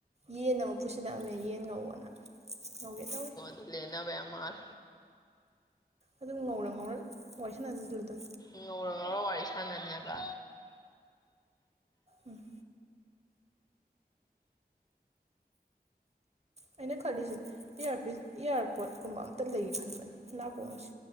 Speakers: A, on the right (about 40°); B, on the left (about 25°).
A: ꯌꯦꯟ ꯑꯃꯨꯛ ꯄꯨꯁꯤꯜꯂꯛꯑꯝꯃꯦ ꯌꯦꯟ ꯉꯧꯍꯣꯅ ꯉꯧꯒꯦ ꯇꯧꯔꯤ
B: ꯂꯩꯟꯅꯕ ꯌꯥꯝ ꯃꯥꯜ
A: ꯑꯗꯨꯝ ꯉꯧꯔ ꯉꯧꯔ ꯋꯥꯔꯤ ꯁꯥꯟꯅꯁꯜꯂꯗꯨꯝꯅꯦ
B: ꯉꯧꯔ ꯉꯧꯔ ꯋꯥꯔꯤ ꯁꯥꯟꯅꯤꯕ
A: ꯎꯝ꯫ ꯑꯩꯅ ꯈꯜꯂꯤꯁꯤ ꯏꯌꯥꯔꯄꯤꯁ ꯏꯌꯥꯔꯄꯣꯠ ꯀꯨꯝꯕ ꯑꯝꯇ ꯂꯩꯒꯦ ꯈꯟꯕꯅꯦ ꯅꯥꯀꯣꯡꯁꯦ꯫